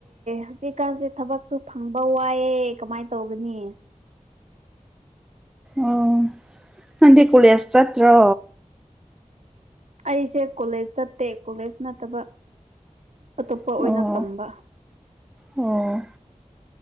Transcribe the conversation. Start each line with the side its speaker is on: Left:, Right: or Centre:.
Right: ꯍꯧꯖꯤꯛꯀꯥꯟꯁꯦ ꯊꯕꯛꯁꯨ ꯐꯪꯕ ꯋꯥꯏꯑꯦ ꯀꯃꯥꯏꯅ ꯇꯧꯒꯅꯤ
Centre: ꯑꯣ ꯅꯪꯗꯤ ꯀꯣꯂꯦꯁ ꯆꯠꯇ꯭ꯔꯣ
Right: ꯑꯩꯁꯦ ꯀꯣꯂꯦꯖ ꯆꯠꯇꯦ ꯀꯣꯂꯦꯖ ꯅꯠꯇꯕ ꯑꯇꯣꯞꯄ
Centre: ꯑꯣ
Right: ꯑꯣꯏꯅ ꯇꯝꯕ
Centre: ꯑꯣ